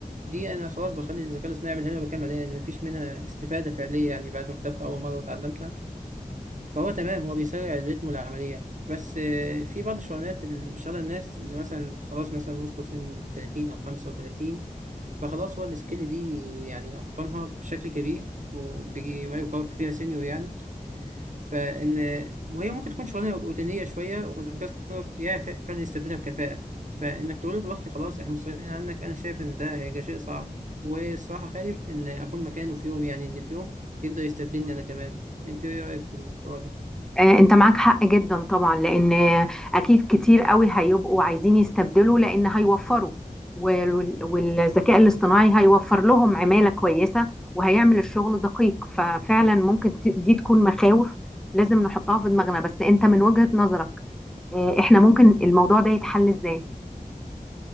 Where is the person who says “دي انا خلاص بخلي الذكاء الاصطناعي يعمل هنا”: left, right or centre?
Right